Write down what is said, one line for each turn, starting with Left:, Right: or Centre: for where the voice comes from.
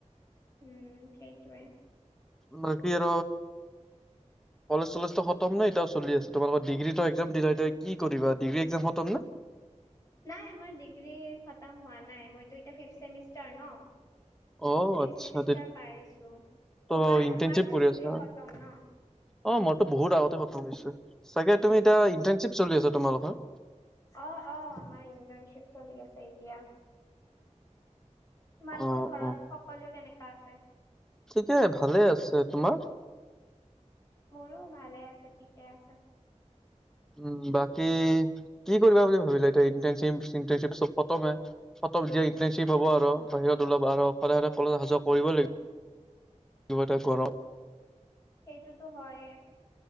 Left: উম সেইটয়ে
Centre: নক ৰ কলেজ চলেজটো খতম নে এতিও চলি আছে তোমালোকৰ ডিগ্ৰী টো এক্ দিা এতিয়া কি কৰিবা ডিগ্ৰী এক্জাম খতম নে
Left: নাই আমাৰ ডিগ্ৰী খতম হোৱা নাই মইতো এতিয়া ফিফথ মিষ্টাৰ ন
Centre: অ
Left: ফিফ
Centre: আচ্ছা
Left: চেমিষ্টাৰ
Centre: তে
Left: পাইছো
Centre: ত
Left: তোমাৰ
Centre: ইণ্টাৰ্ণশ্বিপ
Left: তোমাৰ
Centre: কৰি
Left: ডিগ্ৰী
Centre: আছা
Left: খতম ন
Centre: অ মইতো বহুত আগতে খতম হৈছো চাগে তুমি এতিয়া
Left: অ
Centre: ইণ্টাৰ্শিপ চলি আছা তোমাৰালোকৰ
Left: অ অ আমাৰ ইণ্টাৰ্ণশ্বিপ চলি আছে এতিয়া তোমালোকৰ
Centre: অ
Left: ঘৰত
Centre: অ
Left: সকলোৱে কেনেকা আছে?
Centre: ঠিকে ভালে আছে তোমাৰ?
Left: মোৰো ভালে আছে, ঠিকে আছে।
Centre: উম, বাকী কি কৰিবা বুলি ভাবিলে এতিয়া, ইণ্টাৰ্নশ্বিপ চিণ্টাৰ্নশ্বিপ চব খতমেই? ফটো দিয়া ইন্টাৰ্শ্বিপ হ'ব আৰু বাহিৰত ল আৰু সদায় সদায় কলেজ আহা জোৱা কৰিব লাগিব। কিবা এটা কৰ
Left: সেইটোতো হয়ে।